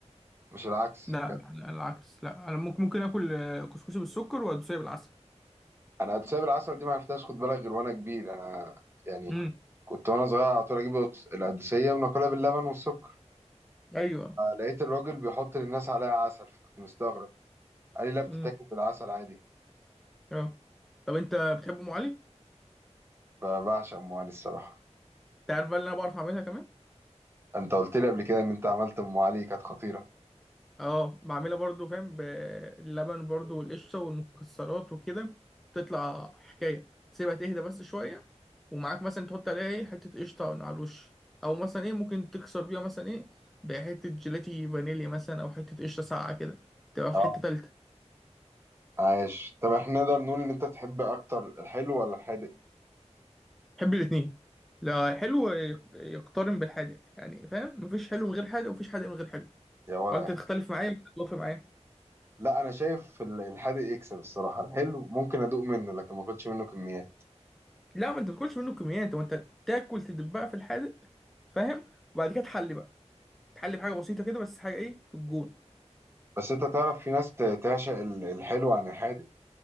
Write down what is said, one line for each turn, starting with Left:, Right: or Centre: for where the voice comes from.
Right: مش العكس
Centre: لا
Right: ف-
Centre: لا، العكس لا انا ممكن ممكن اكل آه، كسكسي بالسكر والدوسيه بالعسل
Right: انا القدوسية بالعسل دي ما عرفتهاش خد بالك غير وانا كبير انا يعني
Centre: امم
Right: كنت وانا صغير على طول اجيب القدوسية وناكلها باللبن والسكر
Centre: ايوه
Right: لقيت الراجل بيحط للناس عليها عسل فكنت مستغرب قال لي لا بتتاكل
Centre: امم
Right: بالعسل عادي
Centre: اه طب انت بتحب ام علي؟
Right: فبعشق ام علي الصراحه
Centre: انت عارف بقى اللي انا بعرف اعملها كمان
Right: انت قلت لي قبل كده ان انت عملت ام علي كانت خطيره
Centre: اه بعملها برضو فاهم باللبن برضو والقشطة والمكسرات وكده تطلع حكاية تسيبها تهدى بس شوية ومعاك مثلا تحط عليها ايه حتة قشطة على الوش أو مثلا ايه ممكن تكسر بيها مثلا ايه بحتة جيلاتي فانيليا مثلا أو حتة قشطة ساقعة كده تبقى
Right: اه
Centre: في حتة تالتة
Right: عايش طب احنا نقدر نقول ان انت تحب اكتر الحلو ولا الحادق
Centre: بحب الاتنين لا حلو ي- يقترن بالحادق يعني فاهم مفيش حلو من غير حادق ومفيش حادق من غير حلو
Right: يا ولا
Centre: وانت
Right: يا حلو.
Centre: تختلف معايا ولا تتوافق معايا
Right: لا انا شايف ال- الحادق يكسب الصراحه الحلو ممكن ادوق منه لكن ما اكلش منه كميات
Centre: لا ما انت ما تاكلش منه كميات وانت تاكل تدبها في الحادق فاهم وبعد كده تحلي بقى تحلي بحاجه بسيطه كده بس حاجه ايه في الجون
Right: بس انت تعرف في ناس ت- تعشق ال- الحلو عن الحادق